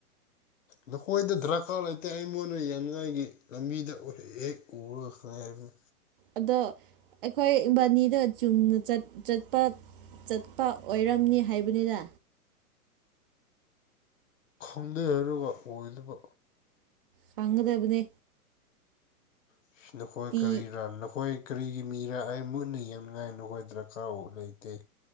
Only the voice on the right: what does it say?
ꯑꯗꯣ ꯑꯩꯈꯣꯏ ꯏꯕꯥꯅꯤꯗ ꯆꯨꯝꯅ ꯆꯠ ꯆꯠꯄ ꯆꯠꯄ ꯑꯣꯏꯔꯝꯅꯤ ꯍꯥꯏꯕꯅꯤꯗ
ꯄꯥꯡꯒꯗꯕꯅꯤ
ꯇꯤ